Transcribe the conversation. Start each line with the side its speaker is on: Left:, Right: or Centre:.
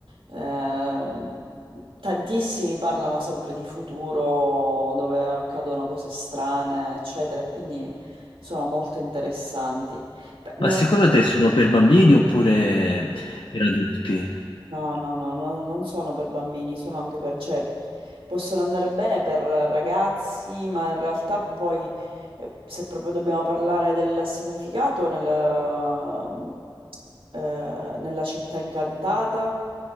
Right: ehm, tantissimi parlano sempre di futuro, dove accadono cose strane, eccetera, e quindi sono molto interessanti. Beh, Non...
Left: Ma secondo te sono per bambini oppure per adulti?
Right: No, no, no, no, non sono per bambini, sono anche per, cioè, possono andare bene per ragazzi, ma in realtà poi, eh, se proprio dobbiamo parlare del significato, nella, eh, nella città incantata,